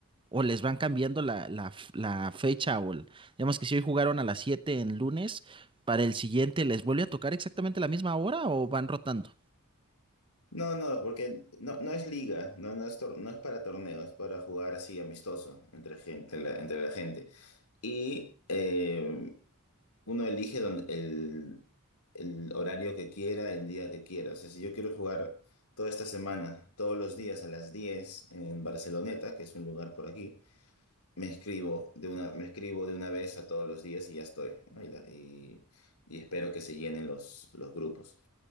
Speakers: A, on the right (about 25°); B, on the left (about 85°).
A: o les van cambiando la, la f- la fecha, o el- digamos que si hoy jugaron a las 7 en lunes, para el siguiente les vuelve a tocar exactamente la misma hora o van rotando.
B: No, no, porque no, no es liga, no, no es, tor- no es para torneo, es para jugar así amistoso entre gente, la- entre la gente. Y eh, uno elige don- el, el horario que quiera, el día que quiera. O sea, si yo quiero jugar toda esta semana, todos los días a las 10 en Barceloneta, que es un lugar por aquí, me escribo de una, me escribo de una vez a todos los días y ya estoy, ¿no? Y, la- y- y espero que se llenen los, los grupos.